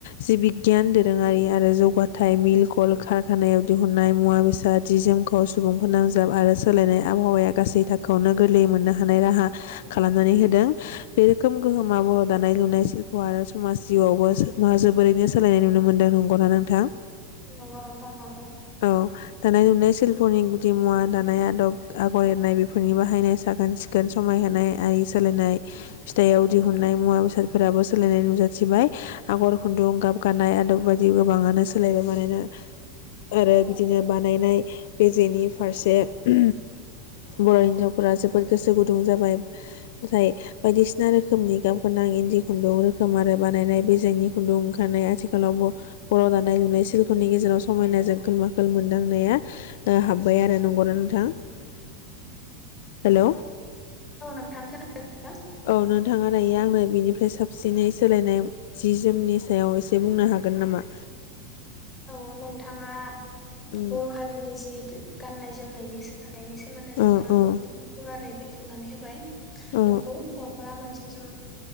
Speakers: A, on the left; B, on the left.
A: जि बि गियान दोरोङारि आरो जौगाथाय मिल कल कारखानायाव दिहुननाय मुवा बेसाद जि जोमखौ सुबुंफोनांजाब आरो सोलायनाय आबहावाया गासै था खौनो गोरलैयै मोननो हानाय राहा खालामनानै होदों बे रोखोम गोहोमा बर' दानाय लुनाय शिल्प' आरो समाज जिउआवबो मा जोबोरैनो सोलायनायनि नुनो मोनदों नंगौना नोंथां?
B: नंगौ नोंथांआनो
A: औ दानाय लुनायसोल फरनि गुदि मुवा दानाय आदब आगर एरनाय बेफोरनि बाहायनाय साखोन सिखोन समायहोनाय आरि सोलायनाय फिथाइयाव दिहुननाय
B: औ
A: मुवा बेसादफोराबो सोलायनाय नुजा थिबाय आगर खुन्दुं गाब गान्नाय आदब बायदि गोबाङानो सोलायबाय मानोना आरो
B: औ
A: बिदिनो बानायनाय बेजेनि फारसे <unintelligible> बर' हिनजावफोरा जोबोद गोसो गुदुं जाबाय जाय बायदिसिना रोखोमनि गाब गोनां इन्दि खुन्दुं रोखोम आरो बानायनाय बेजेंनि खुन्दुं ओंखारनाय आथिखालाव बर' दानाय लुनाय सिल्पनि गेजेराव समायनाजों खोल माखोल मोनदांनाया ओ हाबबाय आरो नंगौना नों <unintelligible> हेल'
B: औ नोंथां खोनादोंना
A: औ नोंथाङा दायो आंनो बिनिफ्राय साबसिनै सोलायनाय जि जोमनि सायाव एसे बुंनो हागोन नामा?
B: औ नोंथाङा
A: ओ
B: बर' हारिनि जिद गाननाय जोमनायनि सोलायनायनि सोमोन्दै नोंथाङा
A: ओ ओ
B: गोबां गुवारै बे खेवनानै होबाय
A: औ
B: नंगौ <unintelligible> खरा मोनसेसिम